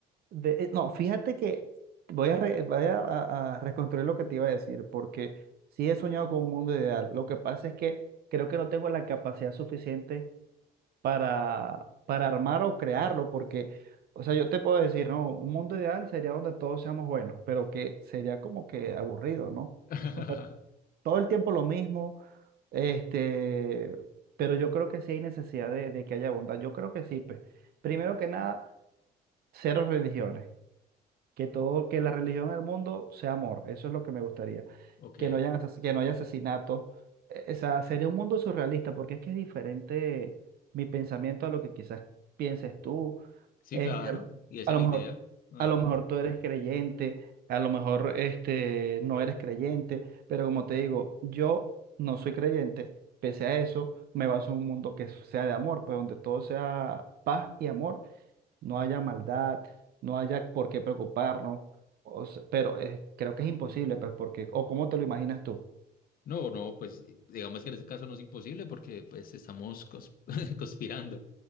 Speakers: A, on the right; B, on the left.
A: de- eh, no, fíjate que voy a, re- voy a, a- a reconstruir lo que te iba a decir, porque sí he soñado con un mundo ideal. Lo que pasa es que creo que no tengo la capacidad suficiente para, para armar o crearlo, porque, o sea, yo te puedo decir, no, un mundo ideal sería donde todos seamos buenos, pero que sería como que aburrido, ¿no?
B: <laughs>
A: O sea, todo el tiempo lo mismo, este, pero yo creo que sí hay necesidad de, de que haya bondad. Yo creo que sí, pues, primero que nada, cero religiones. Que todo, que la religión en el mundo sea amor, eso es lo que me gustaría.
B: Ok,
A: Que no hayan, ases- que no haya asesinatos. Eh, O sea, sería un mundo surrealista, porque es que es diferente mi pensamiento a lo que quizás pienses tú.
B: sí,
A: Este,
B: claro,
A: a lo,
B: y esa
A: a lo
B: es la
A: mejor,
B: idea. Ajá.
A: a lo mejor tú eres creyente, a lo mejor este, no eres creyente, pero como te digo, yo no soy creyente, pese a eso, me baso en un mundo que sea de amor, pues donde todo sea paz y amor no haya maldad, no haya por qué preocuparnos, o se- pero eh, creo que es imposible, pues, porque, o cómo te lo imaginas tú.
B: No, no, pues digamos que en ese caso no es imposible porque pues estamos cons- <laughs> conspirando.